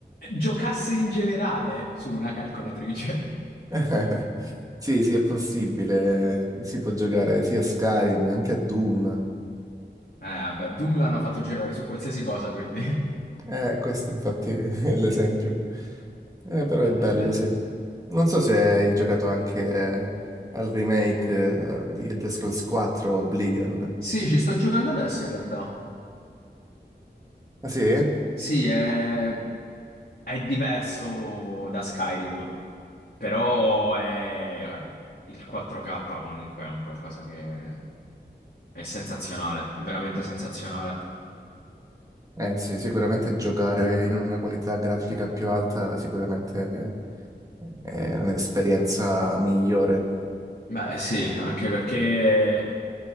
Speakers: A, on the left (about 55°); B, on the right (about 20°).
A: giocasse in generale su una calcolatrice.
B: <laughs> Sì, sì, è possibile. Si può giocare sia a Skyrim, anche a Doom.
A: Eh, vabbè, Doom l'hanno fatto girare su qualsiasi cosa, quindi...
B: Eh, questo infatti <laughs> è l'esempio. Eh, però
A: No,
B: è bello,
A: vabbè.
B: sì. Non so se hai giocato anche eh, al remake eh, di The Scrolls 4 Oblivion.
A: Sì, ci sto giocando adesso in realtà.
B: Ah sì?
A: Sì, è... è diverso da Skyrim, però è... guarda, il 4K comunque è un qualcosa che è sensazionale, è veramente sensazionale.
B: Eh sì, sicuramente giocare in una qualità grafica più alta sicuramente è un'esperienza migliore.
A: Beh, eh, sì, anche perché